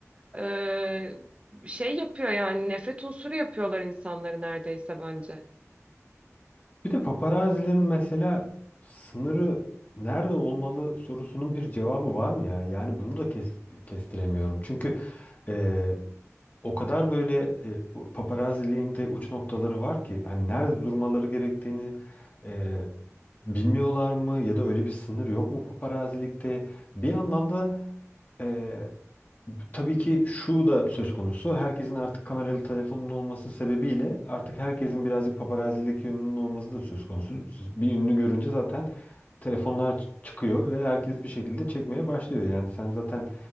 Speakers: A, on the right; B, on the left.
A: Ee, şey yapıyor yani nefret unsuru yapıyorlar insanları neredeyse bence.
B: Bir de paparazilerin mesela sınırı nerede olmalı sorusunun bir cevabı var mı ya? Yani bunu da kes- kestiremiyorum. Çünkü e, O kadar böyle e, bu paparazziliğin de uç noktaları var ki hani nerede durmaları gerektiğini e, bilmiyorlar mı ya da öyle bir sınır yok mu paparazilikte? Bir yandan da e, Tabii ki şu da söz konusu. Herkesin artık kameralı telefonun olması sebebiyle artık herkesin birazcık paparazilik yönünün olması da söz konusu. Bir ünlü görünce zaten telefonlar ç- çıkıyor ve herkes bir şekilde çekmeye başlıyor. Yani sen zaten